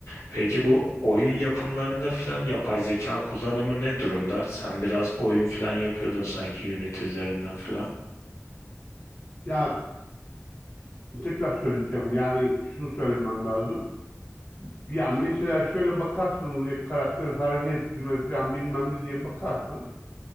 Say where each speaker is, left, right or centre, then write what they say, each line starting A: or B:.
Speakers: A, on the left (about 75°); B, on the left (about 35°).
A: Peki bu oyun yapımlarında filan yapay zeka kullanımı ne durumda? Sen biraz oyun filan yapıyordun sanki Unity üzerinden filan.
B: Ya tekrar söyleyeceğim. Yani şunu söylemem lazım. Yani mesela şöyle bakarsanız ya karakteri hareket ettirme falan bilmem ne diye bakarsan